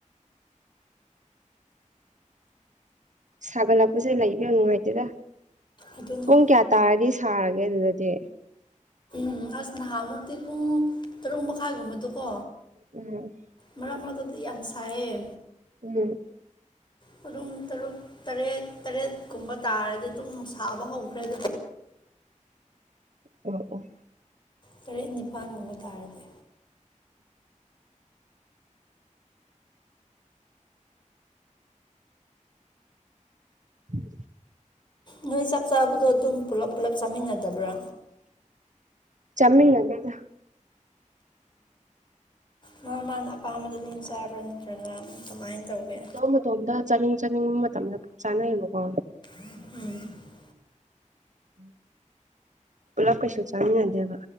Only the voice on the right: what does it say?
ꯁꯥꯒꯠꯂꯛꯄꯁꯦ ꯂꯩꯕꯤ꯭ꯔꯣ ꯅꯨꯡꯉꯥꯏꯇꯦꯗ
ꯄꯨꯡ ꯀꯌꯥ꯫ ꯇꯥꯔꯗꯤ ꯁꯥꯔꯒꯦ ꯑꯗꯨꯗꯗꯤ
ꯎꯝ꯫
ꯎꯝ꯫
ꯑꯣ ꯑꯣ
ꯎꯝ꯫
ꯆꯃꯤꯗꯗ
ꯃꯇꯣꯝ ꯃꯇꯣꯝꯗ ꯆꯥꯅꯤꯡ ꯆꯥꯅꯤꯡꯕ ꯃꯇꯝꯗ ꯆꯥꯅꯩꯌꯦꯕꯀꯣ
ꯄꯨꯂꯞ ꯀꯩꯁꯨ ꯆꯥꯃꯤꯟꯅꯗꯦꯕ